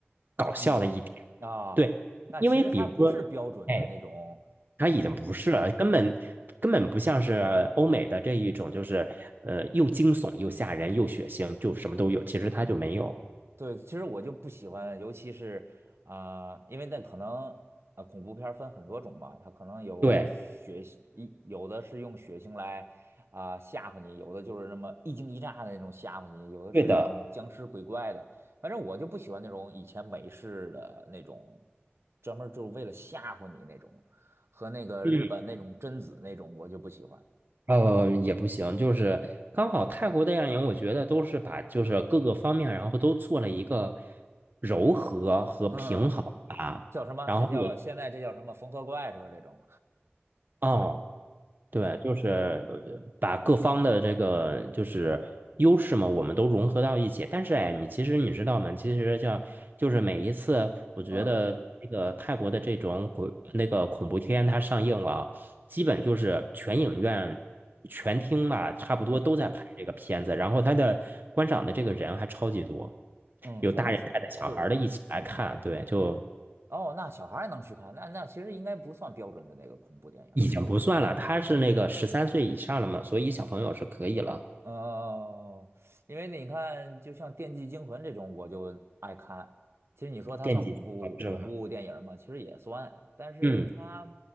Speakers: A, on the right; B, on the right.
A: 搞笑的一点。
B: 嗯嗯啊，
A: 对，
B: 那其实它不是标准的那种
A: 因为比如说。哎。它已经不是了，
B: 恐怖片。
A: 根本根本不像是欧美的这一种，就是呃又惊悚又吓人又血腥，就什么都有。其实它就没有。
B: 对，其实我就不喜欢，尤其是啊、因为那可能啊呃恐怖片儿分很多种嘛，它可能有血腥，
A: 对，
B: 一有的是用血腥来啊、吓唬你，有的就是那么一惊一乍的那种吓唬你，有的是那种僵尸鬼怪的，
A: 对的，
B: 反正我就不喜欢那种以前美式的那种，专门儿就是为了吓唬你那种，和那个日本那种贞子那种我就不喜欢。
A: 嗯，呃，也不行，就是刚好泰国电影，我觉得都是把就是各个方面，然后都做了一个柔和和平衡吧。
B: 嗯，叫什么？
A: 然后我，
B: 这叫现在这叫什么缝合怪是吧？这种，
A: 哦。对，就是呃把各方的这个就是优势嘛，我们都融合到一起。但是哎，你其实你知道吗？其实像就是每一次，我觉得那个泰国的这种鬼那个恐怖片它上映了，
B: 嗯。
A: 基本就是全影院全厅吧，差不多都在拍这个片子。
B: 嗯
A: 然后它的观赏的这个人还超级多，
B: 嗯，
A: 有大人带着小孩儿的一起来看，
B: 反正对
A: 对，就
B: 哦，那小孩儿也能去看，那那其实应该不算标准的那个恐怖电影儿，
A: 已经不算了。
B: 对吧？
A: 他是那个十三岁以上了嘛，所以小朋友是可以了。
B: 哦，因为你看，就像《电锯惊魂》这种，我就爱看。其实你说它算恐怖恐怖电影吗？
A: 电极循环是吧？
B: 其实也算，但是它
A: 嗯